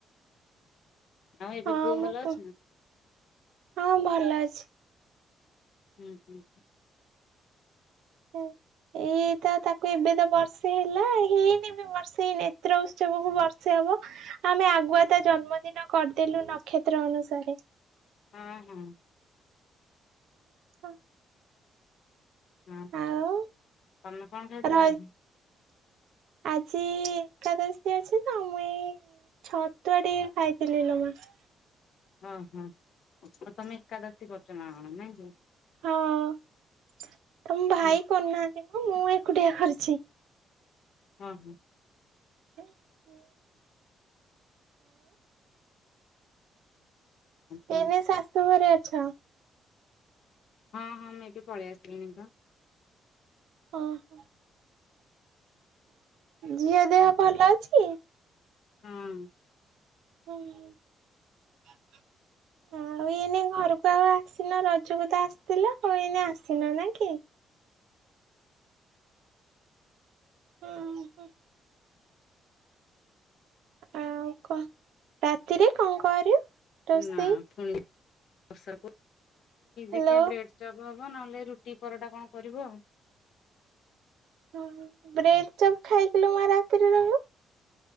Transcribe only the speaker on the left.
ଆଉ ଏବେ
ପୁଅ
ଭଲ
ଅଛି ନା?
ହୁଁ ହୁଁଁ।
ହଁ ହଁ।
ହଁ ତମେ
କଣ ଖାଇଥିଲା
ଆଜି?
ଓହୋ ପ୍ରଥମେ ଏକାଦଶୀ କରଛ ନା ଆଣ ନାଇଁ କି?
ହୁଁ
ହଁ ହଁ।
ହଁ
ହଁ ହଁ ମୁଁ ଏଠି ପଳେଇ ଆସିଲିିନିକା।
ହଁ।
ନାୁଣି ଚ
ଦେଖିବା ବ୍ରେଡ ଚପ। ଯିବ ନହେଲେ ରୁଟି ପରଟା କଣ କରିବ ଆଉ।